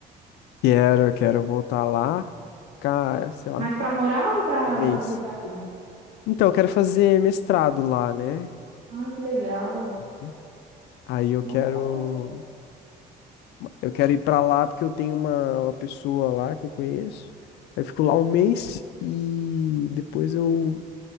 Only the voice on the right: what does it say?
Mas pra morar ou pra
só visitar mesmo?
Ai, que legal.
Nossa, bacana.